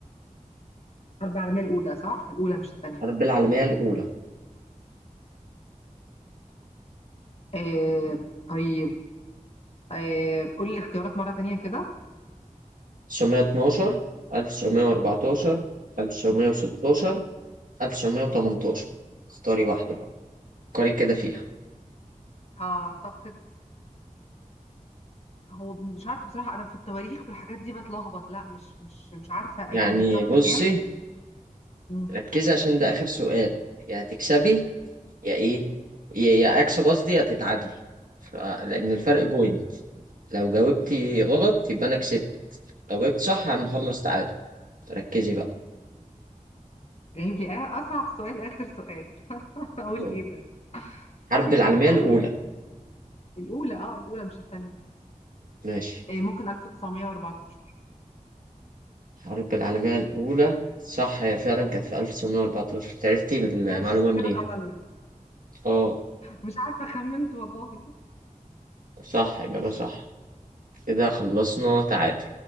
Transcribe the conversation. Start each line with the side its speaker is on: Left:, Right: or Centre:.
Left: الحرب العالمية الأولى صح؟ الأولى مش التانية
Right: الحرب العالمية الأولى
Left: آه طيب آه قول لي الاختيارات مرة تانية كده
Right: 1912 1914 1916 1918 اختاري واحدة بقى فكري كده فيها
Left: أعتقد هو مش عارفة بصراحة أنا في التواريخ والحاجات دي بتلخبط لا مش مش مش عارفة
Right: يعني
Left: أجيب بالظبط
Right: بصي
Left: كام مم.
Right: ركزي عشان ده آخر سؤال يا هتكسبي يا إيه يا يا أكسب قصدي يا تتعادلي ف- لأن الفرق بوينت لو جاوبتي غلط يبقى أنا كسبت لو جبت صح هنخلص تعادل ركزي بقى
Left: جايب لي آ- أصعب سؤال آخر سؤال <laughs> أقول
Right: اه
Left: إيه بس
Right: حرب
Left: طيب
Right: العالمية
Left: هقول
Right: الأولى
Left: الأولى اه الأولى مش التانية
Right: ماشي
Left: إيه ممكن 1914
Right: الحرب العالمية الأولى صح هي فعلا كانت في 1914 عرفتي المعلومة
Left: يس
Right: منين؟
Left: كده تعادلنا
Right: اه
Left: مش عارفة خمنت والله
Right: صح يبقى
Left: ماشي
Right: صح كده خلصنا تعادل